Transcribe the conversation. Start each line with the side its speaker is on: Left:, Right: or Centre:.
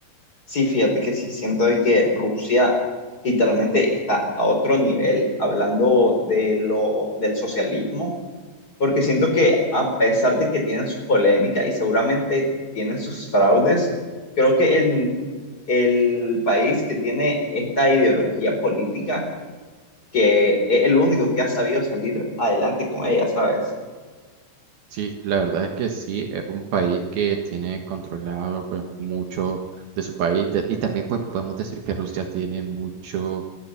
Left: Sí, fíjate que sí siento de que Rusia literalmente está a otro nivel hablando de lo del socialismo, porque siento que a pesar de que tienen sus polémicas y seguramente tienen sus fraudes, creo que el, el país que tiene esta ideología política, que es el único que ha sabido salir adelante con ella, ¿sabes?
Right: Sí, la verdad es que sí, es un país que tiene controlado pues mucho de su país te- y también pues podemos decir que Rusia tiene mucho